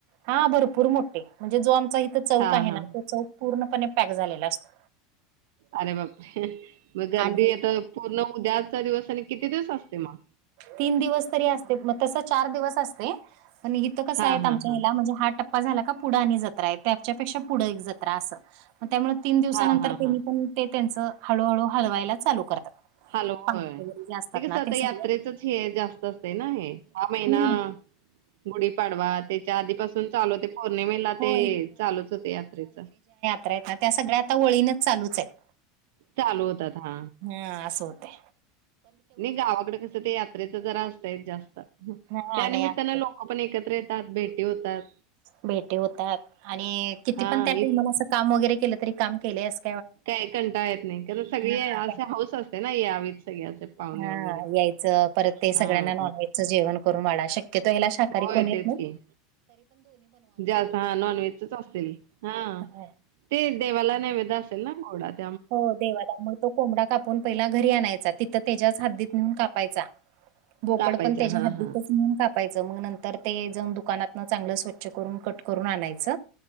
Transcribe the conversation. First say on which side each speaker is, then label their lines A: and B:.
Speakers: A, on the right; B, on the right.
A: हा भरपूर मोठ ते म्हणजे जो आमचा इथ चौक
B: हां,
A: आहे
B: हां.
A: ना, तो चौक पूर्णपणे पॅक झालेला असतो.
B: अरे बाप रे, मग गर्दी
A: आणि
B: हेत पूर्ण उद्याचा दिवस आणि किती दिवस असते मग?
A: तीन दिवस तरी असते, मग तस चार दिवस असते पण इथं कसं
B: हां,
A: हाय
B: हां,
A: आमच्या
B: हां.
A: ह्येला म्हणजे हा टप् टप्पा झाला का पुढं आणि जत्रा येते, त्याच्यापेक्षा पुढं एक जत्रा असं मग त्यामुळ तीन दिवसानंतर
B: हां, हां,
A: त्येनी
B: हां.
A: पण ते त्येचं हळूहळू हलवायला चालू करतात.
B: हाल, होय
A: पाट वगैरे जे असतात
B: ते कसं
A: ना
B: आता यात्रेचच
A: सगळे
B: फेर जास्त असते ना हे, हा महिना
A: हम्म
B: गुढीपाडवा त्याच्या आधीपासून चालू होतय, पौर्णिमेला
A: हो
B: ते चालूच होते यात्रेच
A: तर त्या सगळ्या आता वळीने चालूच आहेत,
B: चालू होतात हा
A: हा अस होत त्या.
B: नाही गावाकडे कस ते यात्रेच जरा असतय जास्त, त्या
A: हा
B: निमित्ताने
A: नाही
B: लोक आपण एकत्र येतात भेटी होतात.
A: भेटी होतात आणि किती
B: हा
A: पण त्या टाईमाला
B: इ
A: अस काम वगैरे केलं तरी काम केले अस
B: काही कंटाळा येत नाही, कारण सगळे
A: हा
B: असे हाऊस असते ना यावीत सगळे असे. पाहुणे
A: ह
B: वगैरे.
A: यायचं परत ते
B: हा
A: सगळ्यांना नॉनव्हेजचं जेवण करून वाढा श क्यतो ह्याला शाकाहारी
B: होय
A: कोण येत
B: तेच
A: नाहीत
B: की. जास्त हा नॉन व्हेजच असतील हा.
A: हो.
B: ते देवाला नैवेद्य असेल ना गोडात?
A: हो देवाला मग तो कोंबडा कापून पहिला घरी आणायचा, तिथं त्येज्याच हद्दीत नेऊन कापायचा. बोकड
B: कापायचा
A: पण त्येज्या
B: हा
A: हद्दीतच
B: हा
A: नेऊन काप पायच मग नंतर ते जाऊन दुकानातन चांगलं स्वच्छ करून कट करून आणायच.